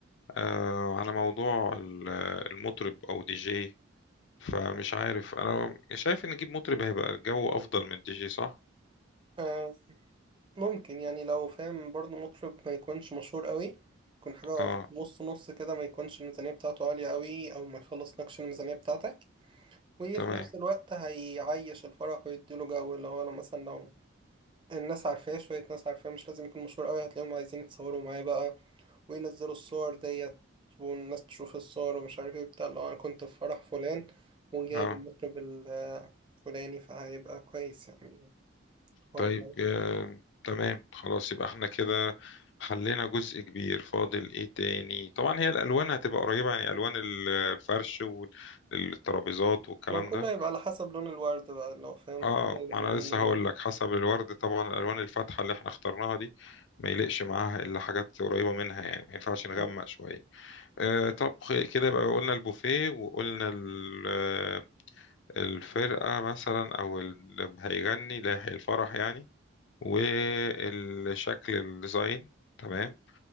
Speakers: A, on the left; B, on the right.
A: آه، على موضوع ال- المطرب او دي جي فمش عارف انا شايف ان نجيب مطرب هيبقى الجو افضل من دي جي صح
B: آه، ممكن يعني لو فاهم برضو مطرب ما يكونش مشهور قوي يكون حاجة
A: اه
B: في نص نص كده ما يكونش الميزانية بتاعته عالية قوي أو ما يخلص نكش الميزانية بتاعتك وفي
A: تمام
B: نفس الوقت هيعيش الفرح ويديله جو اللي هو لو مثلا لو الناس عارفاه شوية ناس عارفاه مش لازم يكون مشهور قوي هتلاقيهم عايزين يتصوروا معاه بقى وينزلوا الصور ديت والناس تشوف الصور ومش عارف ايه بتاع اللي هو أنا كنت في فرح فلان وجايب
A: اه
B: المطرب الفلاني فهيبقى كويس يعني الحوار
A: طيب
B: ده
A: آه، تمام خلاص يبقى احنا كده حلينا جزء كبير فاضل ايه تاني طبعا هي الالوان هتبقى قريبة يعني الوان ال- الفرش والترابيزات والكلام
B: ما كله
A: ده
B: هيبقى على حسب لون الورد بقى لو فاهم
A: اه
B: كله هيبقى
A: ما
B: من
A: انا
B: لون
A: لسه
B: الورد
A: هقول لك حسب الورد طبعا الالوان الفاتحة اللي احنا اخترناها دي ما يليقش معاها الا حاجات قريبة منها يعني ما ينفعش نغمق
B: مم.
A: شوية آه، طب خ- كده بقى قلنا البوفيه وقلنا ال- آه، الفرقة مثلا أو اللي هيغني اللي هيحيي الفرح يعني والشكل الديزاين تمام